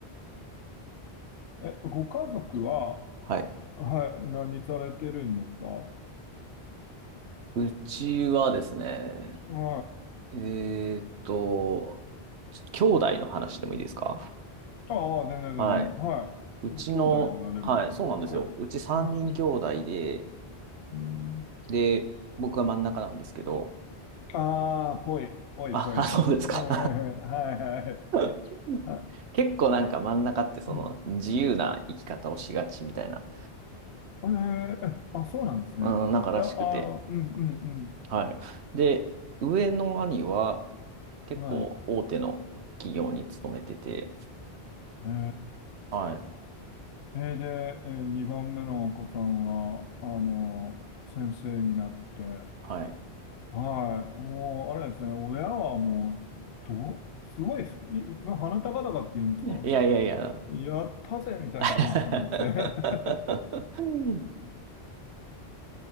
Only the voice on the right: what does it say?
はい。
うちはですね、
えーっと、ち兄弟の話でもいいですか
はい。
うちの、
はい、そうなんですよ。
うち3人兄弟で、
で、僕は真ん中なんですけど、
あ、
<laughs> あそうですか。
<laughs>
結構なんか真ん中ってその自由な生き方をしがちみたいな
うん、なんからしくて。
はい。で、上の兄は結構大手の企業に勤めてて、
はい。
はい。
いやいやいや。
<laughs>